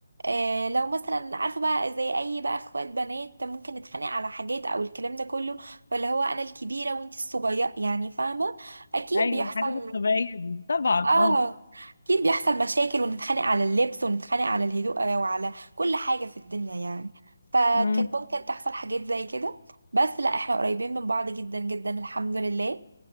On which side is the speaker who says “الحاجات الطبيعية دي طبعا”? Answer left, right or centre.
Left